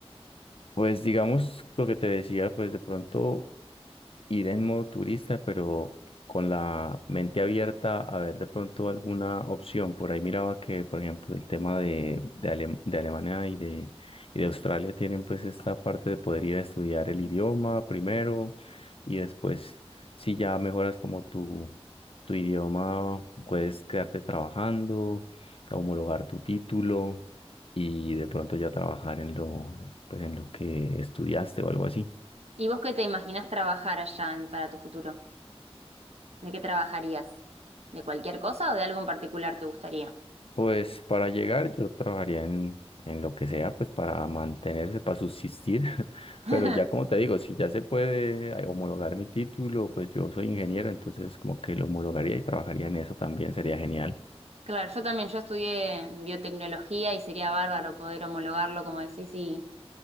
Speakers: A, on the left (about 60°); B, on the right (about 75°).
A: pues digamos lo que te decía, pues de pronto... ir en modo turista, pero con la mente abierta a ver de pronto alguna opción. Por ahí miraba que, por ejemplo, el tema de, de, Alem- de Alemania y de, y de Australia tienen pues esta parte de poder ir a estudiar el idioma primero y después, si ya mejoras como tu, tu idioma, puedes quedarte trabajando, homologar tu título. Y de pronto ya trabajar en lo, pues en lo que estudiaste o algo así.
B: ¿Y vos qué te imaginás trabajar allá en- para tu futuro? ¿De qué trabajarías? ¿De cualquier cosa o de algo en particular te gustaría?
A: Pues para llegar yo trabajaría en, en lo que sea, pues para mantenerse, para subsistir, <laughs>
B: <laughs>
A: pero ya como te digo, si ya se puede ay, homologar mi título, pues yo soy ingeniero, entonces como que lo homologaría y trabajaría en eso también, sería genial.
B: Claro, yo también, yo estudié biotecnología y sería bárbaro poder homologarlo, como decís, y